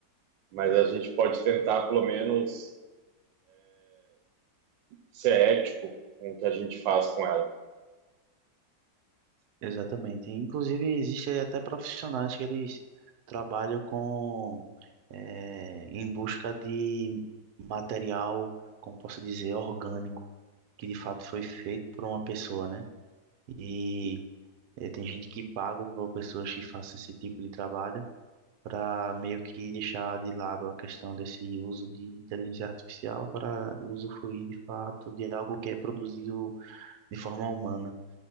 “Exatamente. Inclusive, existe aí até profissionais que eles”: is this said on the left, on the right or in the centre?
Right